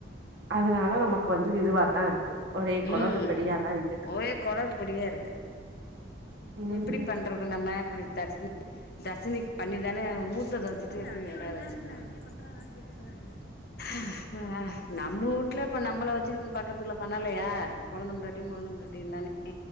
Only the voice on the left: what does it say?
உம்
ஒரே கொளறுப்படியா இருக் ஓகே <inaudible>
எப்டி பண்றது நம்ம தர் தர்சினிக்கு பண்ணிதானே மூத்தது <unintelligible> பா நம் நமு வூட்ல இப்ப நம்மளை வச்சுட்டு பக்கத்து ல பண்ணலையா கொழுந்த பொண்டாட்டியு கொழுந்த பொண்டாட்டியுதானே